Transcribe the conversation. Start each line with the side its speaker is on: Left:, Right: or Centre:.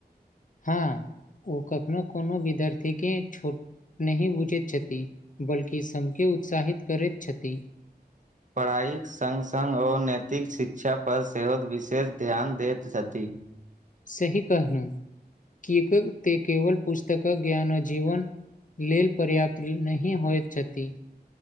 Left: हँ ओ कखनो कोनो विद्यार्थी के छोट नहि बुझैत छथि बल्कि सबके उत्साहित करैत छथि
Right: पढ़ाइक सङ्ग सङ्ग आर नैतिक शिक्षा पर सेहो विशेष ध्यान दैत छथिन <inaudible>
Left: सही कहलू कि ते केवल पुस्तक ज्ञान आ जीवन लेल पर्याप्त नहि होइत छथि